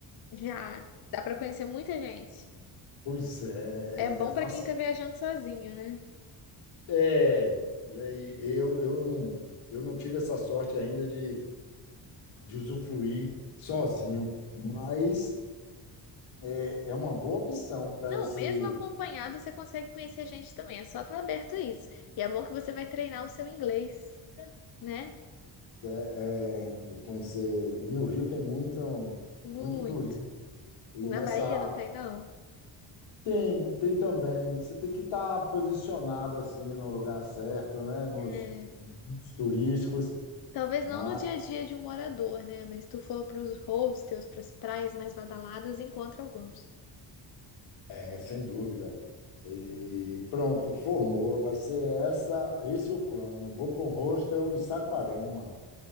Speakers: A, on the left (about 55°); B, on the left (about 80°).
A: Já dá para conhecer muita gente.
B: Pois é,
A: É bom
B: é, faça,
A: pra quem tá viajando sozinho, né?
B: é, é, e eu, eu, não- eu não tive essa sorte ainda de, de usufruir sozinho, mas é, é uma boa opção para
A: Não,
B: esse
A: mesmo acompanhado, você consegue conhecer gente também. É só estar aberto a isso. E é bom que você vai treinar o seu inglês, né?
B: É, é, eu conhecer. E no Rio tem muito,
A: Muito.
B: muito turismo. E
A: Na
B: nessa.
A: Bahia não tem, não?
B: Tem, tem também. Você tem que estar posicionado assim no lugar certo, né? Nos,
A: É.
B: nos turísticos,
A: Talvez
B: mas
A: não no dia a dia de um morador, né? Mas se tu for pros hostels, pras praias mais badaladas, encontra alguns.
B: é, sem dúvida. E pronto, formou. Vai ser essa, esse é o plano. Vou para um hostel em Saquarema.